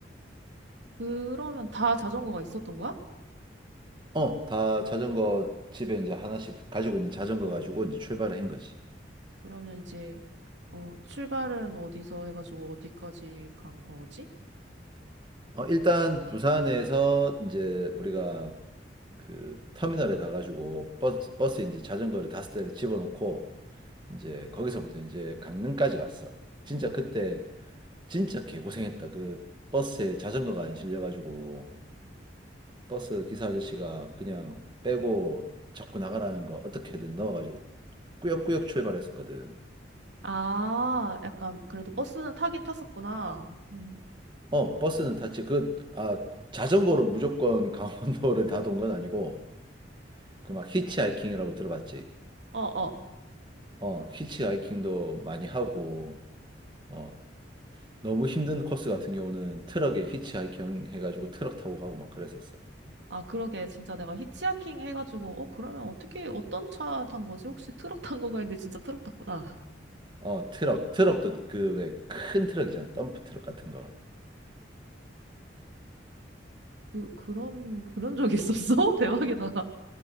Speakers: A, on the right; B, on the right.
A: 그러면 다 자전거가 있었던 거야?
B: 어, 다 자전거 집에 이제 하나씩 가지고 있는 자전거 가지고 이제 출발을 한 거지.
A: 그러면 이제 어, 출발은 어디서 해가지고 어디까지 간 거지?
B: 어, 일단 부산에서 이제 우리가 그 터미널에 가가지고 버스, 버스에 이제 자전거를 다섯 대를 집어넣고 이제 거기서부터 이제 강릉까지 갔어. 진짜 그때 진짜 개고생했다. 그 버스에 자전거가 안 실려가지고 버스 기사 아저씨가 그냥 빼고 자꾸 나가라는 거 어떻게든 넣어가지고 꾸역꾸역 출발했었거든.
A: 아, 약간 그래도 버스는 타긴 탔었구나. 음.
B: 어, 버스는 탔지. 그, 아, 자전거로 무조건 <laughs> 강원도를 다 돈 건 아니고, 그 막 히치하이킹이라고 들어봤지.
A: 어, 어.
B: 어, 히치하이킹도 많이 하고, 어, 너무 힘든 코스 같은 경우는 트럭에 히치하이킹 해가지고 트럭 타고 가고 막 그랬었어.
A: 아, 그러게. 진짜 내가 히치하킹 해가지고, 어, 그러면 어떻게, 어떤 차 탄 거지? 혹시 트럭 탄 건가 했는데 진짜 트럭 탔구나.
B: 어, 트럭, 트럭도 그 왜 큰 트럭 있잖아. 덤프 트럭 같은 거.
A: 그, 그런, 그런 적이 있었어? <laughs> 대박이다.